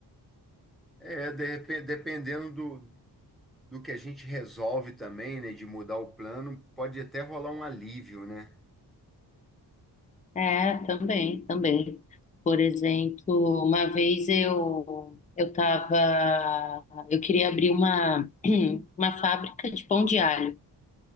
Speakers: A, in the centre; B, on the left.
A: É, de repente, dependendo do, do que a gente resolve também, né, de mudar o plano, pode até rolar um alívio, né?
B: É, também, também. Por exemplo, uma vez eu eu tava, eu queria abrir uma <clears throat> uma fábrica de pão de alho.